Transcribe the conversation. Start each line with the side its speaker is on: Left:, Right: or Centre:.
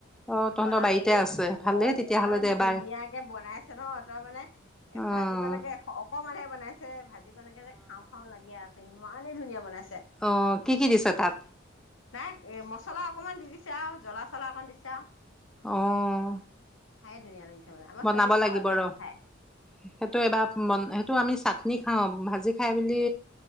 Centre: অঁ তহঁতৰ
Left: বনালেহি
Centre: বাৰীতে আছে ভালেই
Left: অ
Centre: তেতিয়াহ'লে
Left: ইমান
Centre: দে
Left: ধুনীয়াকে
Centre: বাই
Left: বনাইছে ন তই মানে
Centre: অঁ
Left: ভাজিকনেকে অকল মানে বনাইছে ভাজি কেনেকে যে খাওঁ খাওঁ লাগে আছে ইমানে ধুনীয়া বনাইছে
Centre: অ কি কি দিছে তাত
Left: নাই এ মছলা অকণমান দি দিছে আৰু জ্বলা চলা অকণমান দিছে আৰু
Centre: অহ
Left: খাই ধুনীয়া লাগিছে মানে আমাৰ
Centre: বনাব
Left: ছোৱালীও বৰ
Centre: লাগিব
Left: ভাল পায়
Centre: ৰ
Left: সেইটো খাই
Centre: সেইটো এবাৰ মন সেইটো আমি চাটনি। খাওঁ ভাজি খাই বুলি